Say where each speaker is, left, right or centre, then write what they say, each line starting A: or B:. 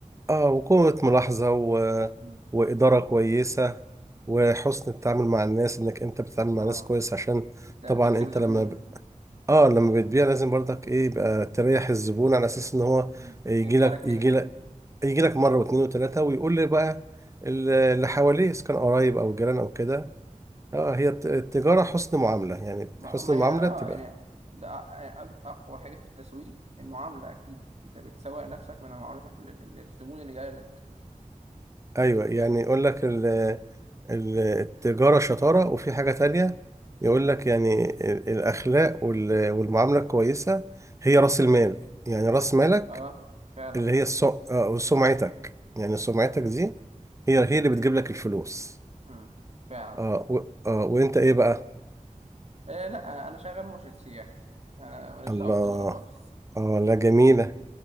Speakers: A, on the right; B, on the right.
A: اه وقوة ملاحظة و...
B: امم
A: وإدارة كويسة وحسن التعامل مع الناس انك انت بتتعامل مع
B: اه
A: ناس كويس عشان
B: انت
A: طبعا
B: تكسب
A: انت
B: زبون
A: لما اه لما بتبيع لازم برضك ايه يبقى تريح الزبون على اساس ان هو
B: امم
A: يجي
B: يرجع
A: لك
B: لك
A: يجي
B: تاني
A: لك يجي لك مره واثنين وثلاثه ويقول لي بقى ال- اللي حواليه اذا كان قرايب او جيران او كده اه هي الت- التجاره حسن معامله يعني
B: ما
A: حسن
B: ما
A: المعامله
B: هي اه
A: تبقى
B: يعني ده أ- يعني أ- اقوى حاجه في التسويق المعامله اكيد انت بتسوق نفسك من معاملتك لل- لل- للزبون اللي جاي لك
A: ايوه يعني
B: فاهم
A: يقول لك ال- ال- التجاره شطاره وفي حاجه تانية يقول
B: مم.
A: لك يعني ال- الاخلاق وال- والمعامله الكويسه هي راس المال يعني راس مالك
B: اه فعلا
A: اللي هي السو... آه، سمعتك يعني سمعتك
B: مم.
A: دي هي هي اللي بتجيب لك الفلوس
B: مم. فعلا
A: آه و... آه وانت ايه بقى
B: آه لا انا شغال مرشد سياحي انا ماليش
A: الله
B: دعوه بالتجاره خالص
A: آه لا جميلة
B: <laughs>